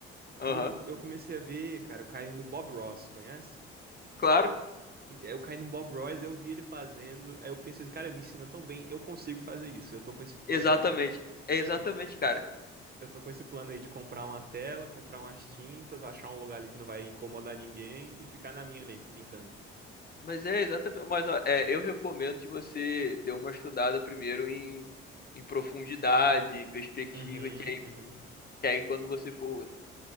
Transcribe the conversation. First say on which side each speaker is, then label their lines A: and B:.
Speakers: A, on the right (about 35°); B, on the left (about 35°).
A: Aí
B: Aham.
A: eu, eu comecei a ver, cara, eu caí no Bob Ross, conhece?
B: Claro,
A: Ent- Eu caí no Bob Ross, eu vi ele fazendo, aí eu pensei, assim, cara, ele ensina tão bem, eu consigo fazer isso. Eu tô com esse plano
B: exatamente.
A: aí de,
B: É exatamente,
A: eu tô,
B: cara.
A: eu tô com esse plano aí de comprar uma tela, comprar umas tintas, achar um lugar ali que não vai incomodar ninguém e ficar na minha ali, pintando.
B: Mas é exatamente. Mas ó, é, eu recomendo que você dê uma estudada primeiro em, em profundidade, em perspectiva,
A: Uhum,
B: que é
A: uhum.
B: E aí, quando você for